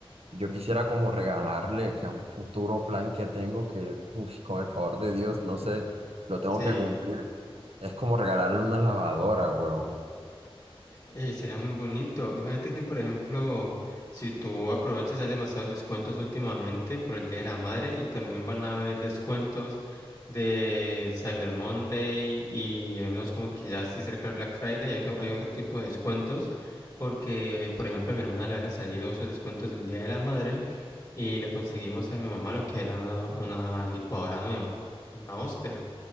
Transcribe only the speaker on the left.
Sí.
Eh, sería muy bonito. Fíjate que, por ejemplo, si tú aprovechas, hay demasiados descuentos últimamente por el Día de la Madre y también van a haber descuentos de Cyber Monday y hay unos como que ya sí cerca del Black Friday hay, otro hay otro tipo de descuentos porque, por ejemplo, a mi hermana le habían salido esos descuentos del Día de la Madre y le conseguimos a mi mamá lo que era una, una licuadora nueva, una Oster.